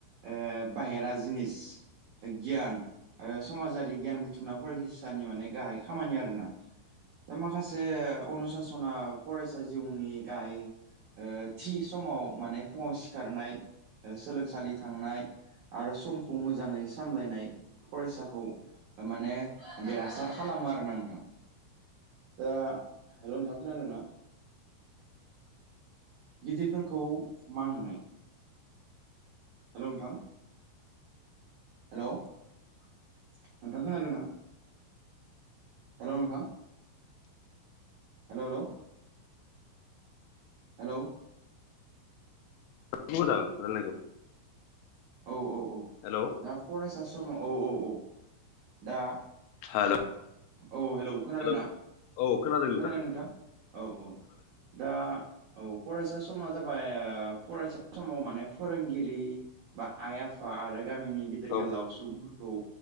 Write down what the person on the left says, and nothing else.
ब दांाय
हेल'
हेल'
हेल' औ खोनादों
औ